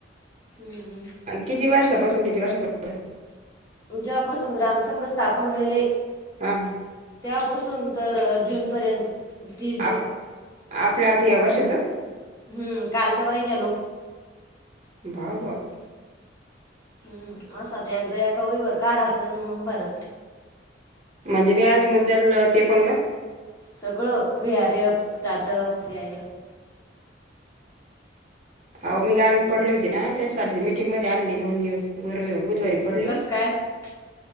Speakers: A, on the left; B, on the right.
A: हम्म.
B: किती वर्षापासून किती वर्षापास.
A: जेव्हापासून ग्राम संघ स्थापन होईल
B: हम.
A: त्यापासून तर जून पर्यंत तीस जून.
B: आप आपल्या आता या वर्षाचं
A: हम्म कालच्या महिन्या लोक
B: बा बा
A: हम् असा तर एकदा एका वईवरर काढाचं मग भराच
B: म्हणजे वी आज मुद्दलते आपण का.
A: सगळं V R S starter up CIF
B: हो मी गाडीून
A: एफ
B: पडले होती. ना त्याच्यासाठी मीटिंगमध्ये आले नाही दोन दिवसर बुधवारी पडली.
A: कसं काय हम्म